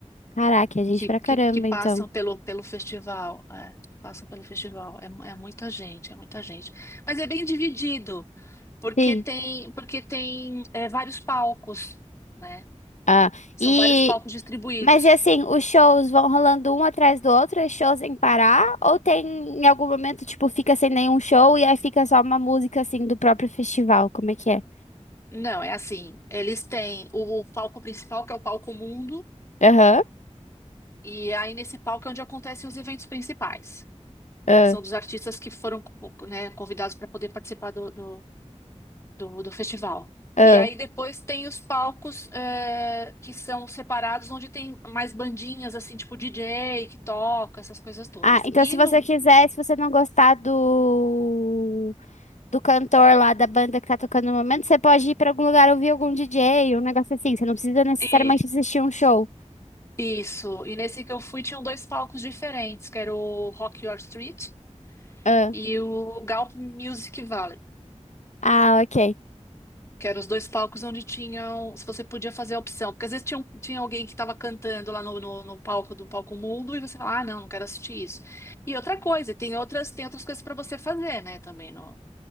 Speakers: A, on the left; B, on the left.
A: Caraca, é gente
B: que,
A: pra
B: que,
A: caramba,
B: que passam
A: então.
B: pelo, pelo festival. É, que passam pelo festival. É, mu- é muita gente, é muita gente. Mas é bem dividido, porque
A: Sim.
B: tem, porque tem é, vários palcos, né?
A: Ah,
B: São
A: e
B: vários palcos distribuídos.
A: Mas e assim, os shows vão rolando um atrás do outro, é show sem parar? Ou tem em algum momento, tipo, fica sem nenhum show e aí fica só uma música assim do próprio festival? Como é que é?
B: Não, é assim, eles têm o, o palco principal, que é o palco Mundo,
A: Aham.
B: e aí nesse palco é onde acontecem os eventos principais.
A: ah,
B: que são dos artistas que foram, né, convidados para poder participar do, do, do, do festival.
A: ah.
B: E aí depois tem os palcos é, que são separados, onde tem mais bandinhas, assim, tipo DJ que toca, essas coisas todas.
A: Ah, então
B: E
A: se você
B: no.
A: quiser, se você não gostar do do cantor lá da banda que tá tocando no momento, você pode ir pra algum lugar ouvir algum DJ, um negócio assim. Você não precisa necessariamente
B: e-
A: assistir um show.
B: isso. E nesse que eu fui, tinham dois palcos diferentes, que era o Rock Your Street
A: Ah,
B: e o Galp Music Valley.
A: ah, ok,
B: Que eram os dois palcos onde tinham. Se você podia fazer a opção. Porque às vezes tinha, um- tinha alguém que estava cantando lá no, no, no palco do Palco Mundo e você fala, ah, não, não quero assistir isso. E outra coisa, tem outras, tem outras coisas para você fazer, né, também no,